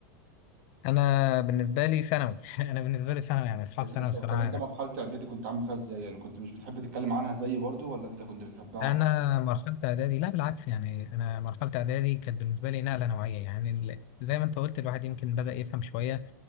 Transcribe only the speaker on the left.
أنا بالنسبة لي ثانوي <laughs> أنا بالنسبة لي ثانوي يعني أصحاب
ثانوي
الصراحة
انا مرحله اعدادي لا بالعكس يعني انا مرحله اعدادي كانت بالنسبه لي نقله نوعيه يعني ال- زي ما انت قلت الواحد يمكن بدا يفهم شويه